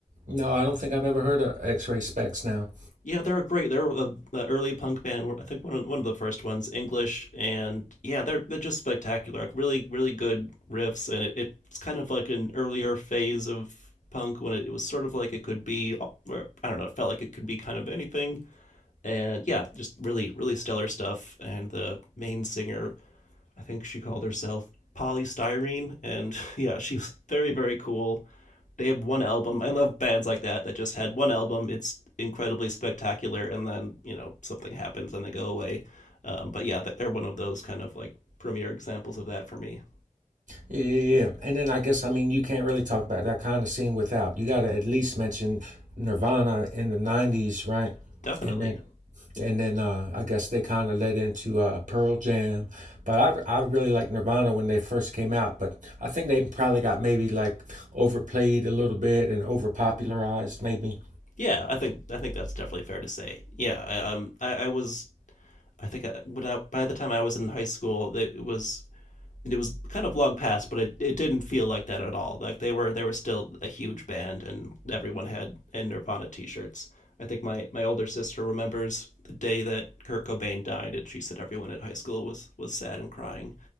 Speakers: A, on the right; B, on the left.
A: No, I don't think I've ever heard of X Ray Specs now.
B: Yeah, they're great. They're a, early punk band. I think one of one of the first ones, English, and yeah, they're they're just spectacular. Like really, really good riffs, and it, it's kind of like an earlier phase of punk when it, it was sort of like it could be. I don't know. It felt like it could be kind of anything, and yeah, just really, really stellar stuff. And the main singer, I think she called herself Polystyrene, and <laughs> yeah, she's very, very cool. They have one album. I love bands like that that just had one album. It's incredibly spectacular, and then you know something happens and they go away. Um, but yeah, they're one of those kind of like premier examples of that for me.
A: Yeah, yeah, yeah. And then I guess I mean you can't really talk about that kind of scene without you got to at least mention Nirvana in the '90s, right?
B: Definitely.
A: And then, and then uh, I guess they kind of led into uh, Pearl Jam. But I I really like Nirvana when they first came out, but I think they probably got maybe like overplayed a little bit and overpopularized maybe.
B: Yeah, I think I think that's definitely fair to say. Yeah, I, um, I, I was I think I, when I, by the time I was in high school, it was it was kind of long past, but it, it didn't feel like that at all. Like they were they were still a huge band, and everyone had and Nirvana T-shirts. I think my, my older sister remembers the day that Kurt Cobain died, and she said everyone at high school was was sad and crying.